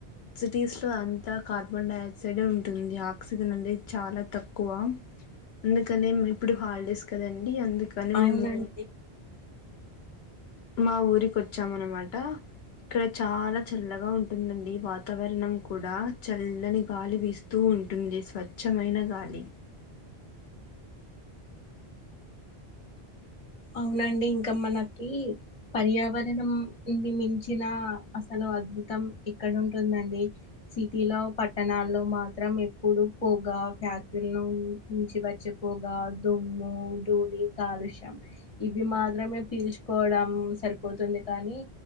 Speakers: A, on the left; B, on the left.
A: సిటీస్ లో అంతా కార్బన్ డైక్ సైడ్ ఉంటుంది ఆక్సిజన్ అనేది చాలా తక్కువ అందుకని మే ఇప్పుడు హాలిడేస్ కదండి అందుకని మేము
B: అవునండి
A: మా ఊరికి వచ్చాం అన్నమాట ఇక్కడ చాలా చల్లగా ఉంటుందండి వాతావరణం కూడా చల్లని గాలి వీస్తూ ఉంటుంది స్వచ్ఛమైన గాలి
B: అవునండి ఇంకా మనకి పర్యావరణం ఇని మించిన అసలు అద్భుతం ఎక్కడుంటుందండి సిటీ లో పట్టణాల్లో మాత్రం ఎప్పుడు పోగ్ ఫ్యాక్టరీ ను నుంచి వచ్చిపోగా దుమ్ము ధూళి కాలుష్యం. ఇవి మాత్రమే పీల్చుకోవడం సరిపోతుంది కానీ